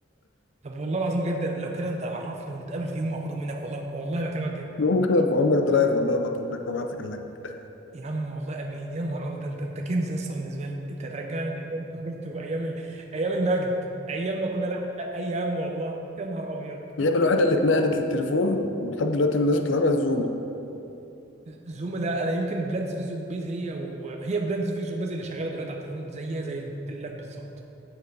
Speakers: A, on the right; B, on the left.
A: طب والله العظيم بجد لو كده انت عرفني ونتقابل في يوم واخدهم منك والله والله بكلمك جد
B: ممكن ارفعهم لك درايف والله ابعتهم لك ابعت لك اللينك
A: يا عم والله امين يا نهار ابيض ده انت انت كنز لسه بالنسبه لي انت هترجعني لايام طفولتي وايام ال... ايام المجد ايام ما كنا نحقق اي هم والله يا نهار ابيض
B: اللعبه الوحيده اللي اتنقلت للتليفون لحد دلوقتي الناس بتلعبها الزومه
A: زوم لا انا يمكن بلانتس في زومبيز هي وهي بلانتس في زومبيز اللي شغاله دلوقتي على التليفون زيها زي اللاب بالظبط